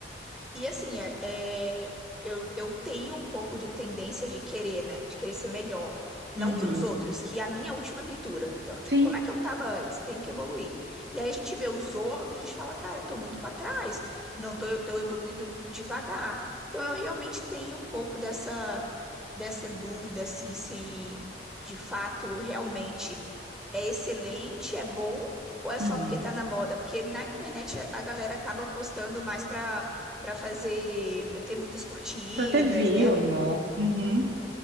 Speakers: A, in the centre; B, on the right.
A: E assim, é, é- eu, eu tenho um pouco de tendência de querer, né? De querer ser melhor. Não
B: Uhum.
A: que os outros, que é a minha última pintura. Então, tipo,
B: Sim.
A: como é que eu tava antes? Tenho que evoluir. E aí a gente vê os outros, a gente fala, cara, tô muito pra trás. Não tô, tô evoluindo devagar. Então, eu realmente tenho um pouco dessa, dessa dúvida, assim, se de fato realmente é excelente, é bom. Ou é
B: Uhum.
A: só porque tá na moda? Porque na internet a a galera acaba postando mais pra Pra fazer, pra ter muitas curtidas,
B: Pra ter view,
A: né?
B: né? Uhum.